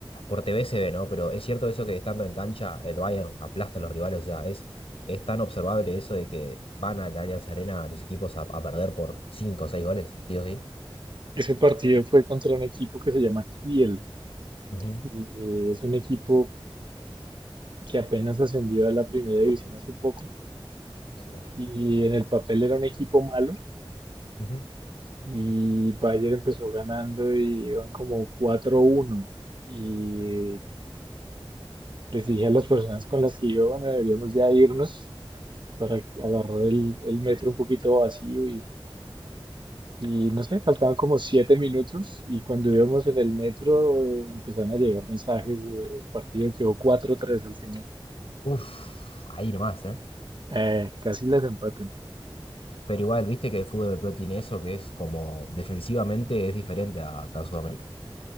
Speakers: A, on the left (about 85°); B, on the right (about 55°).
A: por TV se ve, ¿no? Pero es cierto eso que estando en cancha, el Bayern aplasta a los rivales. O sea, es, es tan observable eso de que van al Allianz Arena los equipos a, a perder por 5 o 6 goles, ¿sí o sí?
B: Ese partido fue contra un equipo que se llama Kiel
A: Ujú,
B: y es un equipo que apenas ascendió a la primera división hace poco
A: sí.
B: y en el papel era un equipo malo.
A: Ujú.
B: Y Bayern empezó ganando y iban como cuatro uno Y les dije a las personas con las que iba, bueno, deberíamos ya irnos para agarrar el, el metro un poquito vacío y, y no sé, faltaban como 7 minutos y cuando íbamos en el metro eh, empezaron a llegar mensajes del partido, quedó cuatro tres al final.
A: Uf, ahí nomás, ¿eh?
B: Eh, casi las empatan.
A: Pero igual, viste que el fútbol europeo tiene eso, que es como defensivamente es diferente a acá en Sudamérica.